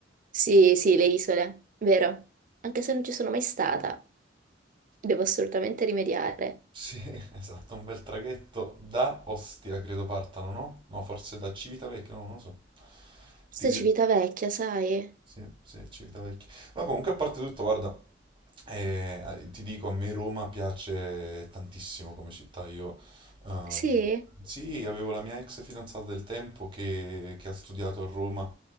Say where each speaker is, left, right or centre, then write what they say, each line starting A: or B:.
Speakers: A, on the right; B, on the right.
A: Sì, sì, le isole, vero? Anche se non ci sono mai stata, devo assolutamente rimediare.
B: Sì, <laughs> esatto, un bel traghetto da Ostia, credo partano, no? No, forse da Civitavecchia, no, non lo so.
A: Forse
B: Ti dirò.
A: Civitavecchia, sai?
B: Sì, sì, Civita Vecchia. No, comunque a parte tutto, guarda, eh, eh, ti dico, a me Roma piace tantissimo come città. Io, ehm,
A: Sì,
B: sì, avevo la mia ex fidanzata del tempo che, che ha studiato a Roma,